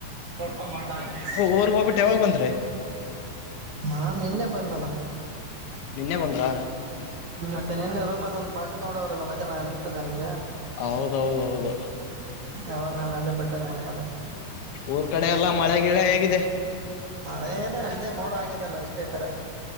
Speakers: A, on the right (about 55°); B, on the left (about 75°).
A: ಳಪ ಮಟ <unintelligible>
B: ಊರಗ್ ಹೋಗ್ಬಿಟ್ಟ ಯಾವಾಗ ಬಂದ್ರರಿ
A: ಹಾ ನಿನ್ನೆ ಬಂದನಲ್ಲ
B: ನಿನ್ನೆ ಬಂದ್ರಾ
A: ಮತ್ತೆ ನಿನ್ನೆ ರೂಮಲ್ಲಿ ಒಂದ್ ಬಾಟ್ಲಿ ತಗೊಂಡದ್ರಲ್ಲ ಮಧ್ಯಾಹ್ನ ನೆನಪಿದೆ ನಿಮ್ಗೆ
B: ಹೌದೌದೌದು
A: ಯಾವಾಗ ನಾನ ಅಲ್ಲೇ ಬೆಡ್ಡಲ್ಲಿ ಮಲಕೂಂಡಿದ್ದೆ
B: ಊರ್ ಕಡೆ ಎಲ್ಲಾ ಮಳೆ ಗಿಳೆ ಹೇಗಿದೆ
A: ಮಳೆನೇ ಮೋಡ ಆಗಿದಲ್ಲ ಇಷ್ಟೇ ಕರೆ